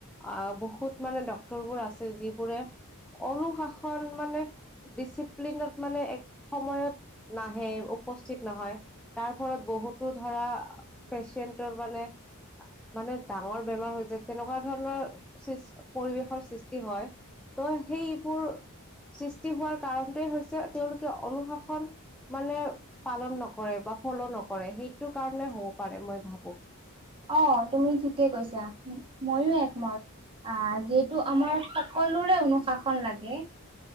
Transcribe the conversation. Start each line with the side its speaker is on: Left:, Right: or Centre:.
Centre: অঁ, বহুত মানে ডক্ত- ৰবোৰ আছে, যিবোৰে অনুশাসন মানে- ডিচিপ্লিনত মানে এক সময়ত নাহে, উপস্থিত নহয়। তাৰফলত বহুতো ধৰা পেচেণ্টৰ মানে- মানে ডাঙৰ বেমাৰ হৈ যায়, তেনেকুৱা ধৰণৰ সৃষ পৰিৱেশৰ সৃষ্টি হয়। ত' সেইবোৰ সৃষ্টি হোৱাৰ কাৰণটোৱে হৈছে- যে তেওঁলোকে অনুশাসন মানে পালন নকৰে বা ফল' নকৰে। সেই- টো কাৰণে হ'ব পাৰে মই ভাবোঁ।
Right: অঁ, তুমি ঠিকে কৈছা। মইয়ো একমত, আহ যিহেতু আমাৰ- সকলোৰে অনুশাসন লাগে।